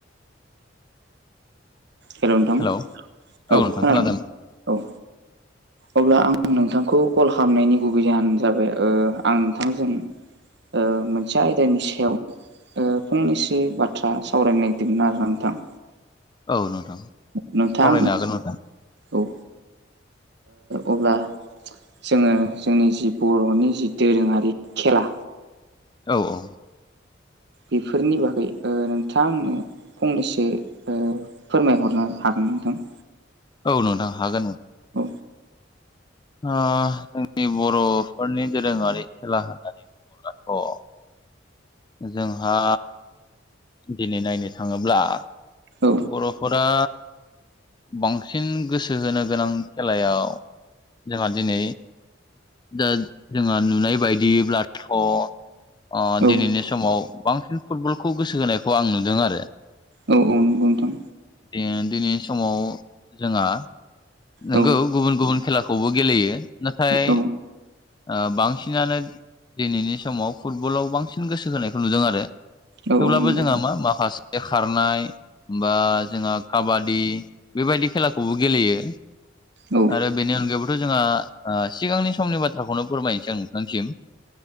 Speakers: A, on the right (about 60°); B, on the left (about 25°).
A: हेल नोंथां
B: हेलौ
A: औ
B: नोंथां
A: खोनो
B: खोनादों
A: औ अब्ला आं नोंथांखौ कल खालामनायनि गुबै जानो जाबाय ओ आं नोंथांजों ओ मोनसे आयदानि सायाव ओ फंनैसो बाथ्रा सावरायनो नागिरदोंमोन आरोना नोंथां।
B: औ नोंथां
A: नोंथां
B: सावरायनो हागोन नोंथां
A: औ ओ अब्ला जोङो जोंनि जि बर'नि जि दोरोङारि खेला
B: औ औ।
A: बेफोरनि बागै ओ नोंथाङा आंनो फंनैसो ओ फोरमायहरनो हागोन ना नोंथां?
B: औ नोंथां हागोन।
A: औ
B: ओ जोंनि बर'फोरनि दोरोङारि खेला होननानै बुङोब्लाथ' जोंहा दिनै नायनो थाङोब्ला
A: औ
B: बर'फोरा बांसिन गोसो होनो गोनां खेलायाव जोंहा दिनै दा जोंहा नुनाय बायदियैब्लाथ' अ
A: औ
B: दिनैनि समाव बांसिन फुटबलखौ गोसो होनायखौ आं नुदों आरो
A: औ औ नंगौ नोंथां।
B: <unintelligible> दिनैनि समाव जोंहा नोंगौ
A: औ
B: गुबुन गुबुन खेलाखौबो गेलेयो। नाथाय
A: औ
B: ओ बांसिनानो दिनैनि समाव फुटबलाव बांसिन गोसो होनायखौ नुदों आरो थेवब्लाबो
A: औ औ नंगौ
B: जोंहा मा माखासे खारनाय होमबा जोंहा काबादि बेबायदि खेलाखौबो गेलेयो।
A: औ
B: आरो बेनि अनगायैबोथ' जोंहा ओ सिगांनि समनि बाथ्राखौनो फोरमायनोसै आं नोंथांनिसिम।